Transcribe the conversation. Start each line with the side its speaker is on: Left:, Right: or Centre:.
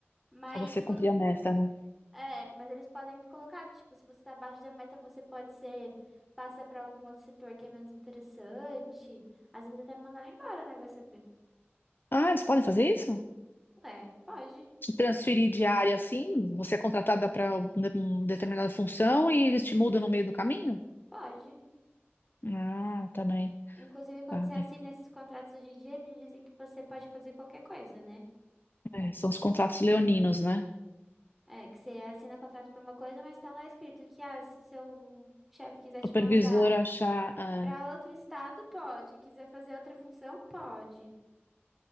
Centre: Mas,
Left: Só você
Centre: segundo
Left: cumprir a meta, né?
Centre: É, mas eles podem colocar que, tipo, se você tá abaixo da meta, você pode ser, passar pra algum outro setor que é menos interessante. Às vezes até mandar ela embora, né? Vai saber.
Left: Ah, eles podem fazer isso?
Centre: Ué, pode,
Left: Te transferir de área assim? Você é contratada para uma determinada função e eles te mudam no meio do caminho?
Centre: pode.
Left: Ah, também.
Centre: Inclusive, quando
Left: Tá bem.
Centre: você assina esses contratos hoje em dia, eles dizem que você pode fazer qualquer coisa, né?
Left: É, são os contratos leoninos, né?
Centre: É, que você assina contrato pra uma coisa, mas tá lá escrito que, ah, se seu chefe quiser te
Left: Supervisor
Centre: mandar
Left: achar.
Centre: pra outro estado, pode. Quiser fazer outra função, pode,